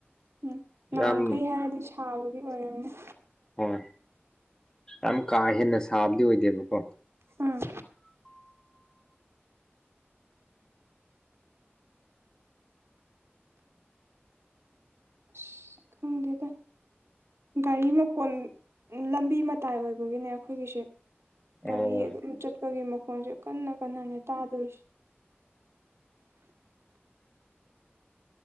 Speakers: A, on the right; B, on the left.
A: ꯎꯝ
B: ꯌꯥꯝ
A: ꯅꯍꯥꯝꯈꯩ ꯍꯥꯏꯔꯗꯤ ꯁꯥꯕꯒꯤ ꯑꯣꯏꯔꯝꯅꯤ
B: ꯍꯣꯏ ꯌꯥꯝ ꯀꯥ ꯍꯦꯟꯅ ꯁꯥꯕꯗꯤ ꯑꯣꯏꯗꯦꯕꯀꯣ
A: ꯎꯝ ꯑꯁ ꯈꯪꯗꯦꯗ ꯒꯥꯔꯤ ꯃꯈꯣꯟ ꯂꯝꯕꯤ ꯃꯇꯥꯏ ꯑꯣꯏꯕꯒꯤꯅꯦ ꯑꯩꯈꯣꯏꯒꯤꯁꯦ
B: ꯑꯣ
A: ꯒꯥꯔꯤ ꯑꯗꯨꯝ ꯆꯠ ꯄꯒꯤ ꯃꯈꯣꯟꯁꯦ ꯀꯟꯅ ꯀꯟꯅꯅꯦ ꯇꯥꯗꯣꯢꯁꯤ